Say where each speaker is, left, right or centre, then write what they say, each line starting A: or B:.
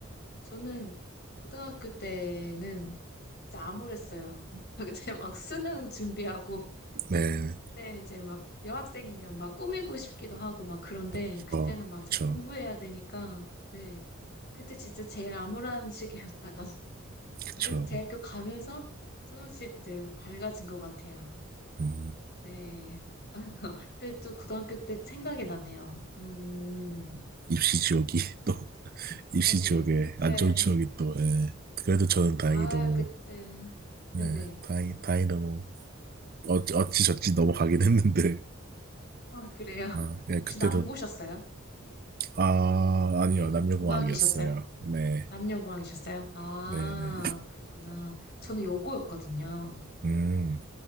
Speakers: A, on the left; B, on the right.
A: 저는 고등학교 때는 진짜 암울했어요. <laughs> 그때 막 수능 준비하고
B: 네,
A: 그때 이제 막 여학생이면 막 꾸미고 싶기도 하고 막 그런데
B: 저,
A: 그때는 막 이제
B: 저,
A: 공부해야 되니까 네. 그때 진짜 제일 암울한 시기였다가 <laughs>
B: 그쵸,
A: 이제 대학교
B: 막,
A: 가면서 조금씩 이제 밝아진 것 같아요.
B: 음,
A: 네. <laughs> 근데 또 고등학교 때 생각이 나네요. 음.
B: 입시 지옥이 <laughs> 또, 입시
A: 네네.
B: 지옥에 안
A: 네.
B: 좋은 지옥이 또, 예. 그래도 저는 다행히
A: 아,
B: 너무,
A: 그때.
B: 네,
A: 네네.
B: 다행히, 다행히 너무, 어찌, 어찌저찌 넘어가긴 했는데,
A: 아, 그래요. <laughs>
B: 아, 예,
A: 혹시
B: 그때도,
A: 남고셨어요?
B: 아, 아니요,
A: 아니,
B: 남녀공학이었어요.
A: 공학이셨어요?
B: 네,
A: 남녀공학이셨어요? 아,
B: 네, 네.
A: 그랬구나. 저는 여고였거든요.
B: 음.